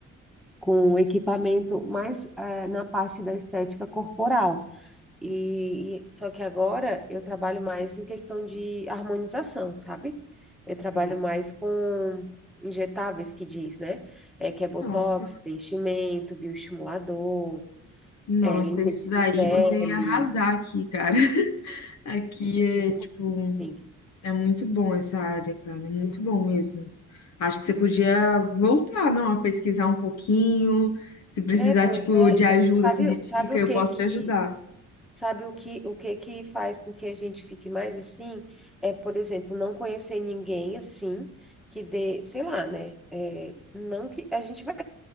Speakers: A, in the centre; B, on the left.
A: com equipamento, mais eh, na parte da estética corporal. E, e- só que agora eu trabalho mais em questão de harmonização, sabe? Eu trabalho
B: Sim.
A: mais com injetáveis que diz, né? É que é botox,
B: Nossa,
A: preenchimento, bioestimulador,
B: nossa,
A: é, limpeza
B: isso daí
A: de pele,
B: você ia arrasar aqui, cara. <laughs> Aqui
A: essas
B: é,
A: coisas
B: tipo,
A: assim.
B: É muito bom essa área, cara, é muito bom mesmo. Acho que você podia voltar, não, a pesquisar um pouquinho. Se precisar,
A: É, pois
B: tipo,
A: é.
B: de ajuda,
A: Sabe,
B: assim, de
A: o- sabe
B: dica,
A: o
B: eu
A: que
B: posso
A: que
B: te ajudar.
A: sabe o que o que que faz com que a gente fique mais assim? É, por exemplo, não conhecer ninguém assim que dê, sei lá, né? É, não que a gente vai